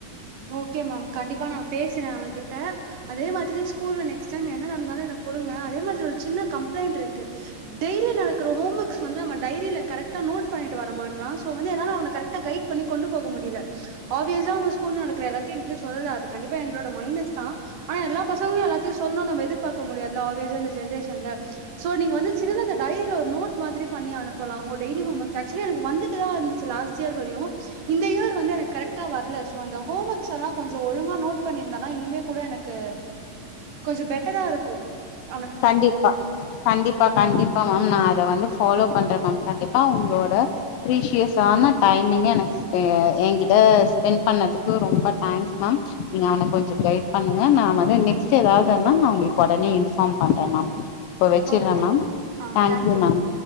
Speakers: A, on the right (about 70°); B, on the left (about 85°).
A: ஓகே மேம் கண்டிப்பா நா பேசுறே அவே கிட்ட அதே மாதிரி ஸ்கூல்ல நெக்ஸ்டைம் என்ன நடந்தாலும் எனக் கொடுங்க அதே மாதிரி ஒரு சின்ன கம்ப்ளைண்ட்டிருக்கு டெய்லி நடக்கற ஹோமர்க்ஸ் வந்து அவ டைரில கரட் ட்டா நோட் பண்ணிட்டு வர மாட்ரா சோ வந்து என்னால அவன கரெட்டா கைட் பண்ணி கொண்டு போக முடியில ஆப்யெஸா அவ ஸ் கூல்ல நடக்ற எல்லாத்தியு எங்கிட்ட சொல்லல்ல அது கண்டிப்பா எங்ளோட மைனஸ் தா ஆனா எல்லா பசங்ளு எல்லாதியு சொல்ணுன் நம்ப எதிர்பாக்க முடியாதுல ஆப்யெஸா இந்த ஜென்ரேஷன்ல சோ நீங்க வந்து சின்னதா அந்த டைரில ஒரு நோட் மாதிரி பண்ணி அனுப்பலா ஒ டெய்லி ஹோமர்க் ஆக்சுவலி எனக் வந்துட்டுதா இர்ந்துச்சு லாஸ்ட் இயர் வரியு இந்த இயர் வந்து எனக் கரெக்டா வர்லஸ் ப்போ அந்த ஹோமர்க்ஸெல்லா கொஞ்சோ ஒழுங்கா நோட் பண்ணிர்ந்தான்னா இனிமே கூட எனக்கு கொஞ்சோ பெட்டராருக்கு
B: கண்டிப்பா கண்டிப்பா கண்டிப்பா மேம் நா அத வந்து ஃபாலோ பண்றே மேம் கண்டிப்பா உங்ளோட பிரீஸியஸான டைமிங்க எனக்ஸ்பெ எங்கிட்ட ஸ்பென் பண்ணதுக்கு ரொம்ப டைங்ஸ் மேம் நீங்க அவ்ன கொஞ்சோ கைட் பண்ணுங்க நா வந்து நெக்ஸ்ட் ஏதாதுனா நா உங்ளுக் ஒடனே இன்பார்ம் பாத்தே மேம் இப்ப வெச்சிற்றே
A: ஓகே
B: மேம்
A: ஆ
B: தேங்யூ
A: தேங்க்யூ
B: மேம்